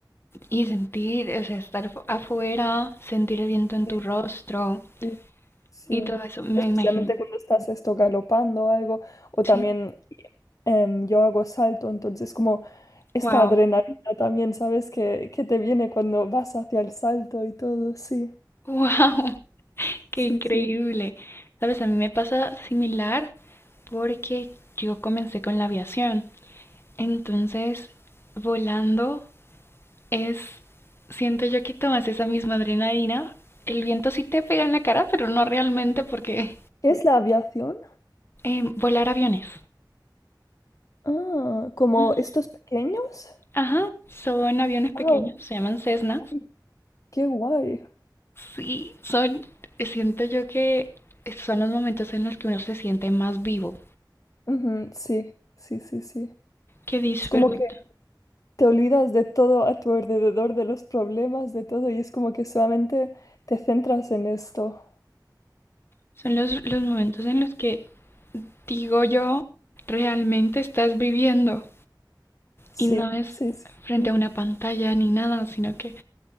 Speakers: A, on the left; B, on the left.
A: Y sentir, o sea, estar fu- afuera, sentir el viento en
B: Sí,
A: tu rostro
B: sí, sí.
A: y todo eso, me
B: Especialmente
A: imagino,
B: cuando estás esto galopando o algo, o
A: ¿sí?
B: también em, yo hago salto, entonces como Esta
A: Wow,
B: adrenalina también, ¿sabes? Que, que te viene cuando vas hacia el salto y todo, sí,
A: wow, <laughs> qué
B: sí,
A: increíble.
B: sí.
A: Sabes, a mí me pasa similar porque yo comencé con la aviación. Entonces, volando es, siento yo que tomas esa misma adrenalina. El viento sí te pega en la cara, pero no realmente porque
B: ¿Qué es la aviación?
A: eh, volar aviones.
B: Ah, ¿como
A: Ujú.
B: estos pequeños?
A: Ajá, son aviones pequeños,
B: Ah,
A: se llaman Cessnas.
B: ay, qué guay.
A: Sí, son, siento yo que son los momentos en los que uno se siente más vivo,
B: Ujú, sí, sí, sí, sí.
A: que disfruta.
B: Es como que te olvidas de todo a tu alrededor, de los problemas, de todo, y es como que solamente te centras en esto.
A: Son los, los momentos en los que digo yo, realmente estás viviendo
B: Sí,
A: y no es
B: sí, sí,
A: frente
B: sí,
A: a una pantalla ni nada, sino que